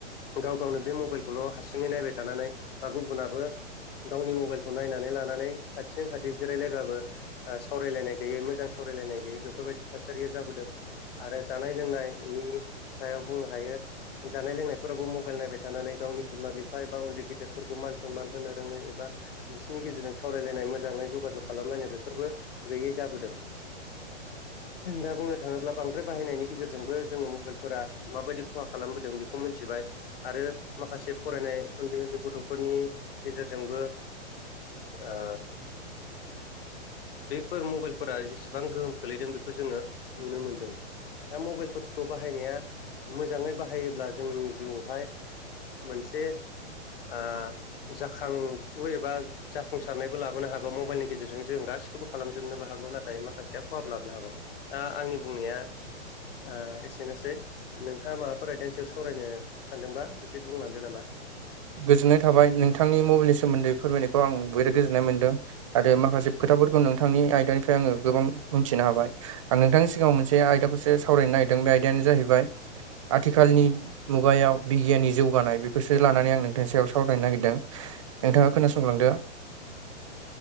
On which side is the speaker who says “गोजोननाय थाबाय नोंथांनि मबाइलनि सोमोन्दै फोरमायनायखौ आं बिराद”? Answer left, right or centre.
Right